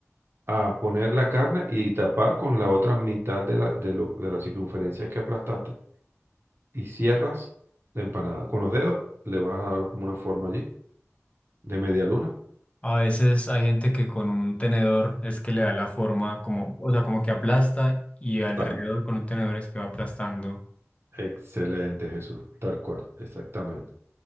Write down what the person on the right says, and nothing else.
a poner la carne y tapar con la otra mitad de la, de lo- de la circunferencia que aplastaste y cierras la empanada. Con los dedos le vas a dar como una forma allí de media luna.
Tan
excelente, Jesús, tal cual, exactamente.